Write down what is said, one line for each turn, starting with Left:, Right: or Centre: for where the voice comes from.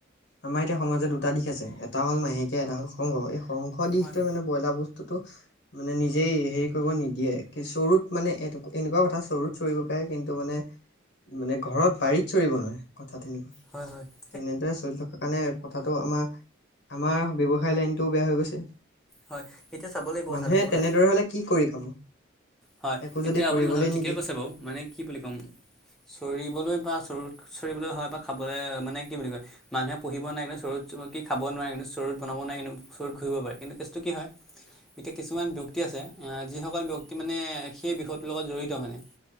Left: আমাৰ এতিয়া সমাজত দুটা দিশ আছে এটা হ'ল মাহেকীয়া এটা হল সংঘ, এই সংঘ দিশটো
Centre: হয়
Left: মানে- ব্ৰইলাৰ বস্তুটো- মানে নিজেই হেৰি কৰিব নিদিয়ে কি চৰুত মানে এনেকুৱা কথা চৰুত চৰিব পাৰে, কিন্তু মানে- মানে ঘৰত বাৰিত চৰিব নোৱাৰে কথা তেনেকুৱা।
Centre: হয়ঁ হয়ঁ!
Left: তেনেকে চলি থকা কাৰণে কথাটো আমাৰ আমাৰ বব্যৱসায় লাইনটোও বেয়া হৈ গৈছে।
Centre: হয়ঁ, এতিয়া চাব লাগিব
Left: মানুহে
Centre: চালক সকলে।
Left: তেনেদৰে হলে কি কৰি খাব।
Centre: হয়ঁ,
Left: একো যদি
Centre: এতিয়া
Left: কৰিবলৈ
Centre: আপুনি কথাটো
Left: নিদিয়ে
Centre: ঠিকে কৈছে বাৰু মানে কি বুলি ক'ম। চৰিবলৈ বা চৰু চৰিবলৈ হয় বা খাবলৈ মানে কি বুলি কয়- মানুহে পুহিব নাই কিন্তু চৰুত কি খাব নোৱাৰে কিন্তু চৰুত বনাব নাই কিন্তু চৰুত ঘূৰিব পাৰে কিন্তু টেষ্ট টো কি হয়, এতিয়া কিছুমান ব্যক্তি আছে, আহ যিসকল ব্যক্তি- মানে সেই বিষয়টোৰ লগত জড়িত মানে